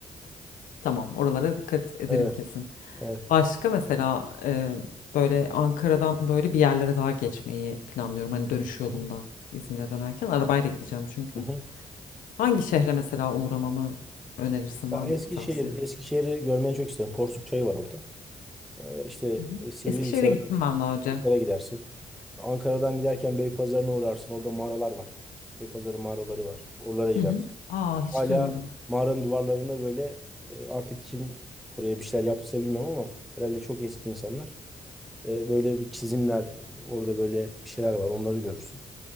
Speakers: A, on the left (about 85°); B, in the centre.
A: Tamam, oralara dikkat ederim
B: Evet.
A: kesin.
B: Evet.
A: Başka mesela e, böyle Ankara'dan böyle bir yerlere daha geçmeyi planlıyorum. Hani dönüş yolunda
B: Hı hı.
A: İzmir'e dönerken arabayla gideceğim çünkü.
B: Hı hı.
A: Hangi şehre mesela uğramamı önerirsin
B: Ya
A: var
B: Eskişehir,
A: mı bir tavsiye?
B: Eskişehir'i görmeyi çok isterim. Porsuk Çayı var orada. Ee, işte
A: Hı hı.
B: Sivrihisar'a,
A: Eskişehir'e gittim ben daha
B: Sivrihisar'a
A: önce.
B: gidersin. Ankara'dan giderken Beypazarı'na uğrarsın. Orada mağaralar var. Beypazarı mağaraları var. Oralara girersin.
A: Hı hı. Aa hiç
B: Hala
A: duymadım.
B: mağaranın duvarlarında böyle e, artık kim oraya bir şeyler yaptıysa bilmiyorum ama herhalde çok eski insanlar. E, böyle bir çizimler, e, orada böyle bir şeyler var. Onları görürsün.